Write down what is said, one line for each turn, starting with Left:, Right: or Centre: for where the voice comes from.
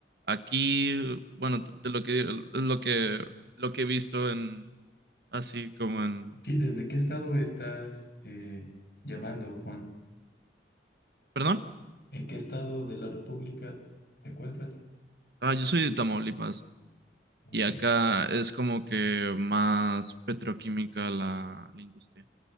Right: Aquí, bueno, de lo que, lo que, lo que he visto en, Así como en...
Left: Sí, ¿desde qué estado estás eh, llamando,
Right: Ujú.
Left: Juan?
Right: ¿Perdón?
Left: ¿En qué estado de la República te encuentras?
Right: Ah, yo soy de Tamaulipas
Left: Ok.
Right: y acá es como que más petroquímica la, la industria.